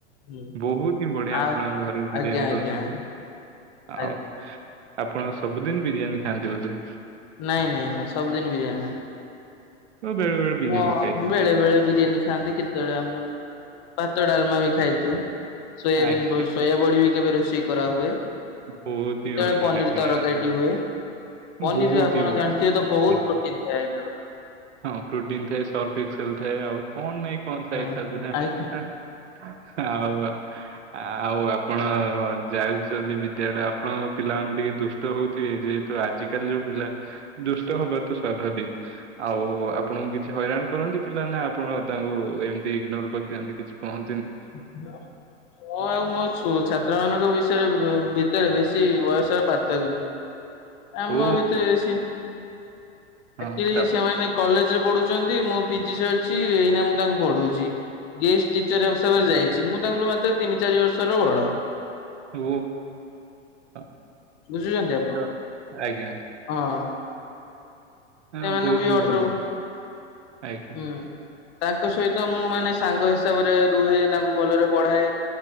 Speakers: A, on the left (about 35°); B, on the right (about 65°).
A: ହୁଁ
B: ବୋହୁତ ହିଁ ବଢିଆ
A: ଆ
B: ଆପଣଙ୍କ ଘରେ ବି ବିରିୟାନୀ
A: ଆଜ୍ଞା ଆଜ୍ଞା
B: କରୁଛନ୍ତି
A: ଆଜ୍ଞା
B: ଆଉ
A: ଆଜ୍ଞା
B: ଆପଣ ସବୁଦିନ ବିରିୟାନୀ ଖାଆନ୍ତି ବୋଧେ।
A: ନାଇଁ ନାଇଁ ନାଇଁ ସବୁଦିନ ବିରିୟାନୀ ଖାଏ
B: ଓ ବେଳେ ବେଳେ ବିରିୟାନୀ
A: ମୁଁ
B: ଖାଇଦଉଛନ୍ତି।
A: ବେଳେବେଳେ ବିରିୟାନୀ ଖାଆନ୍ତି କେତେବେଳେ ଆପଣ ଭାତ ଡାଲମା ବି ଖାଇଦୋଉ। ସୋୟାବିନ୍
B: ଆଜ୍ଞା
A: ବ ସୋୟାବଡ଼ି ବି କେବେ ରୋଷେଇ କରାହୁୁଏ।
B: ବହୁତ
A: ସେତେବେଳେ
B: ହିଁ ବଢିଆ
A: ପନିର
B: ଆଜ୍ଞା।
A: ତରକାରୀଟି ହୁଏ। ପନିରୀ
B: ବହୁତ
A: ଆପଣ
B: ହିଁ ବଢିଆ।
A: ଜାଣିଥିବେ ତ ବୋହୁତ
B: ଆଜ୍ଞା।
A: ପ୍ରୋଟିନ ଥାଏ ହେଟାର।
B: ହଁ ପ୍ରୋଟିନ୍ ଥାଏ ସଲଫଏକ୍ସେଲ୍ ଥାଏ ଆଉ କଣ ନାଇଁ କଣ ଥାଏ
A: ହଁ
B: ତା ଦେହରେ
A: ଆଜ୍ଞା
B: ଏଁ। ଆଉ ଆଉ ଆପଣ ଯାଉଚନ୍ତି ବିଦ୍ୟାଳୟ ଆପଣଙ୍କ ପିଲାମାନେ ଟିକେ ଦୁଷ୍ ଷ୍ଟ ହୋଉଥିବେ ଯେହେତୁ ଆଜିିକାଲି ଯୋଉ ପିଲା ଦୁଷ୍ଟ ହବା ତ ସ୍ୱଭାବିକ। ଆଉ ଆପଣଙ୍କୁ କିଛି ହଇରାଣ କରନ୍ତି ପିଲା ନା ଆପଣ ତାଙ୍କୁ ଏମତି ଇଗ୍ନୋର କରିଦିଅନ୍ତି କିଛି କୁହନ୍ତିନି?
A: ଏକଦମ୍ ମୁଁ ଆଉ ମୋ ଛୁ ଛାତ୍ରମାନଙ୍କ ବିଷୟରେ ବ ଭିତରେ ବେଶୀ ବୟସର ପାର୍ଥକ୍ୟ
B: <unintelligible>
A: ନାହିଁ। ଆମ
B: ଓ
A: ଭିତ ଅଛି।
B: ହଁ
A: ଆଚୁଆଲି
B: ତାପରେ
A: ସେମାନେ କଲେଜରେ ପଢୁଛନ୍ତି ମୁଁ ପିଜି ସରିଛି ଏଇନା ମୁଁ ତାଙ୍କୁ ପଢଉଛି। ଗେଷ୍ଟଟିଚର ଯାଇଛି ମୁଁ ତାଙ୍କଠୁ ମାତ୍ର ତିନି ଚାରି ବର୍ଷର ବଡ।
B: ଓ ହ
A: ବୁଝୁଛନ୍ତି ଆପଣ
B: ତ ଆଜ୍ଞା।
A: ହଁ।
B: ହଁ
A: ଏଇମାନଙ୍କୁ
B: ବହୁତ
A: ବି
B: ହିଁ
A: ଅଠର
B: ଭଲ
A: ହୁଁ।
B: ଆଜ୍ଞା
A: ତାଙ୍କ ସହିତ ମୁଁ ମାନେ ସାଙ୍ଗ ହିସାବରେ ରୁହେ ତାଙ୍କୁ ଭଲରେ ପଢାଏ